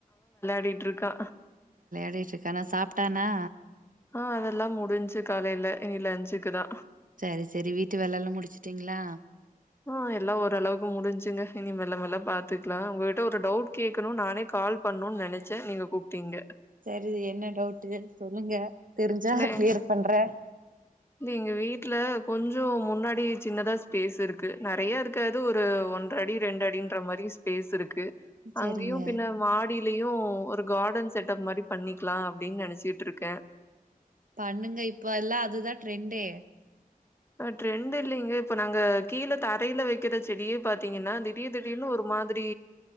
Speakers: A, on the left; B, on the right.
A: ப்டின்ருக்கா
B: ட்டுருக்கானா சாப்ட்டானா
A: ஆ அதெல்லா முடிஞ்சு காலையில இனி லஞ்சுக்குதா
B: சரி சரி வீட்டு வேலல்லா முடிச்சுட்டீங்களா
A: ஆ எல்லா ஓரளவுக்கு முடிஞ்சுங்க இனி மெல்ல மெல்ல பாத்துக்கலா உங்ககிட்ட ஒரு டவுட் கேக்கணு நானே கால் பண்ணுன்னு நெனச்சே நீங்க கூப்டீங்க
B: தெரியுது என்ன டவுட்டு சொல்லுங்க தெரிஞ்சா
A: இல்ல எங்
B: கிளியர் பண்றே
A: இங்க எஙக வீட்டுல கொஞ்ச துவு முன்னாடி சின்னதா ஸ்பேஸ் இருக்கு நெறையா இருக்காது ஒரு ஒன்றடி ரெண்றடின்ற மாரி ஸ்ஃபேஸ் ஸ்ஃபேஸ் இருக்கு
B: சரிங்க
A: அங்கயு பின்ன மாடியு ட்லயு ஒரு காடன் செட்டப் மாரி பண்ணிக்லா அப்டின்னு நெனச்சுகிட்டுருக்கே
B: பண்ணுங்க இப்ப எல்லா அதுதா ட்ரெண்டே
A: ஆ ட்ரெண்டு் இல்லைங்க இப்ப நாங்க கீழ தரையில வைக்கிற செடியே பாத்தீங்கன்னா திடீர் திடீர்னு ஒரு மாதிரி